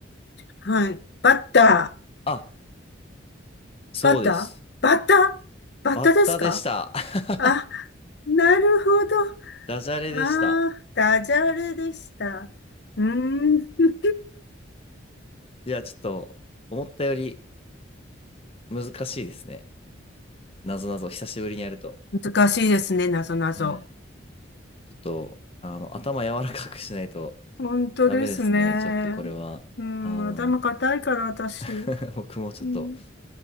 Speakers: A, on the left (about 55°); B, on the left (about 30°).
A: はい。バッター。
B: あ、そうです。
A: バッターバッターバッターですか
B: バッタでした。<laughs>
A: あ、なるほど。
B: ダジャレでした。
A: ああ、ダジャレでした。うーん。
B: いや、ちょっと、思ったより難しいですね。なぞなぞ、久しぶりにやると。
A: 難しいですね、なぞなぞ。
B: はい。ちょっと、あの、頭柔らかくしないと
A: 本当ですね。
B: ダメですね。ちょっとこれは。
A: うん、
B: あの、
A: 頭固いから私。
B: <laughs> 僕もちょっと
A: うん。